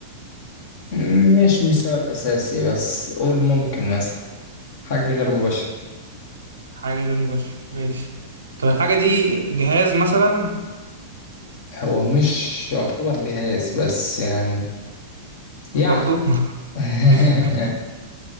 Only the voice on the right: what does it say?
حاجة غير مباشرة ماشي طب الحاجة دي جهاز مثلا
برضو <laughs>